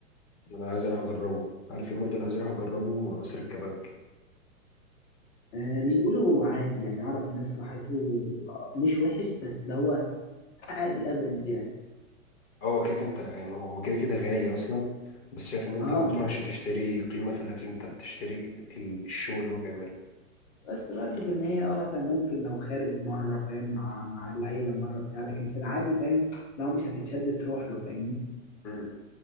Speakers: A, on the left; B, on the left.
A: انا عايز اروح اجربه عارف ايه برضه اللي عايز اروح اجربه قصر الكباب
B: آه بيقولوا عادي يعني اعرف ناس راحته آه، مش وحش بس اللي هو عادي افريج يعني
A: هو كده كده انت يعني هو كده كده غالي اصلا بس شايف ان انت
B: اه
A: ما بتروحش
B: معقول
A: تشتري قيمة في الاكل انت بتشتري ال- الشو اللي هو بيعمله
B: بس برضه في النهاية اه مثلا ممكن لو خارج مرة فاهم مع مع العيلة مرة بتاع لكن في العادي فاهم لو مش هتتشد تروح له فاهمني
A: مم.